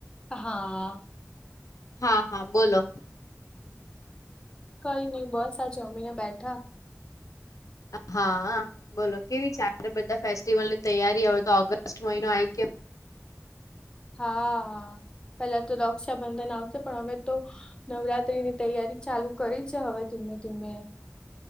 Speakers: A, on the left (about 15°); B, on the left (about 80°).
A: હા.
B: હા હા બોલો.
A: કઈ નઈ બસ આ જમીને બેઠા.
B: હા આ બોલો કેવી ચાલે બધા ફેસ્ટિવલની તૈયારી હવે તો ઓગસ્ટ મહિનો આવી ગયો.
A: હા આ પેલા તો રક્ષાબંધન આવશે પણ અમે તો નવરાત્રીની તૈયારી ચાલુ કરી છે હવે ધીમે ધીમે.